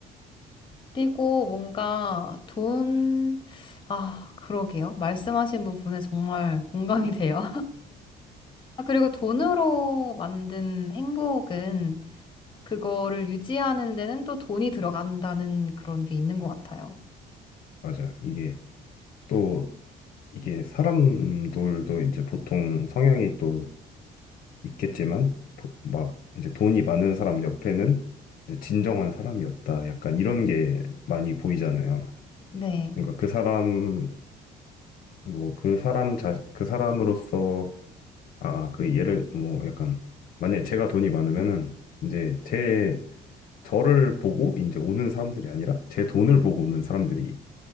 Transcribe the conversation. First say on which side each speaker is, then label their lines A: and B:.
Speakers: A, on the left (about 30°); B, on the left (about 60°).
A: 그리고 뭔가 돈, 아, 그러게요. 말씀하신 부분에 정말 공감이 돼요. 아, 그리고 돈으로 만든 행복은 그거를 유지하는 데는 또 돈이 들어간다는 그런 게 있는 것 같아요.
B: 맞아요. 이게 또 이게 사람들도 이제 보통 성향이 또 있겠지만 보- 막 이제 돈이 많은 사람 옆에는 이제 진정한 사람이 없다. 약간 이런 게 많이 보이잖아요.
A: 네.
B: 그러니까 그 사람 뭐 그 사람 자 그 사람으로서 아 아, 그 예를 뭐 약간 만약에 제가 돈이 많으면은 이제 제 저를 보고 이제 오는 사람들이 아니라 제 돈을 보고 오는 사람들이